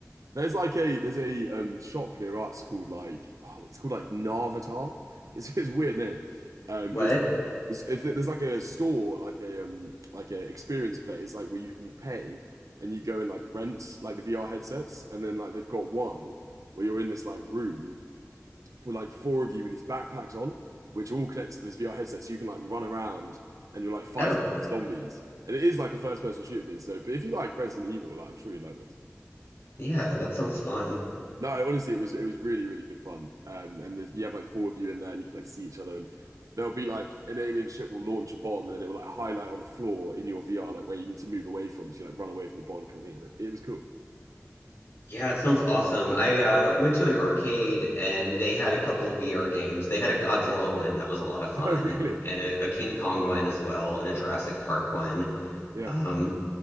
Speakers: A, on the right; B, on the left.
A: There's like a there's a um shop near us called like oh it's called like Narvatar. It's it's a weird name, um,
B: what?
A: but it's like, it's, it's there's like a store like a um like a experience place like where you can pay and you go and like rent like the VR headsets and then like they've got one where you're in this like room were like four of you with these backpacks on, which are all connected to this VR headset, so you can like run around and you're like fighting
B: Oh,
A: off zombies. And it is like a first person shooter thing. So, but if you like Resident Evil, like I'm sure you'd like this.
B: yeah, that sounds fun.
A: No, honestly, it was it was really really good fun. Um, and there's, you have like four of you in there, and you can like see each other. And there'll be like an alien ship will launch a bomb, and then it will like highlight on the floor in your VR like where you need to move away from, so you like run away from the bomb coming in. It was cool.
B: Yeah, it sounds awesome. I uh, went to an arcade and they had a couple of VR games. They had a Godzilla one that was a lot of fun,
A: <laughs> Oh, really?
B: and a, a King Kong one as well, and a Jurassic Park one.
A: Yeah.
B: Um,